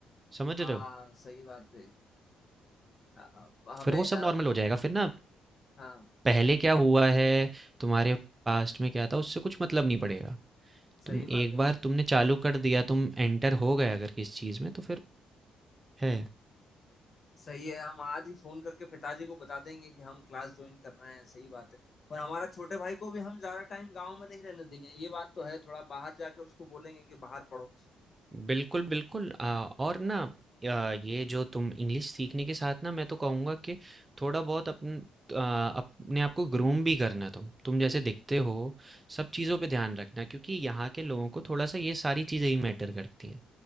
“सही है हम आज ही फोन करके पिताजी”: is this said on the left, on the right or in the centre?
Left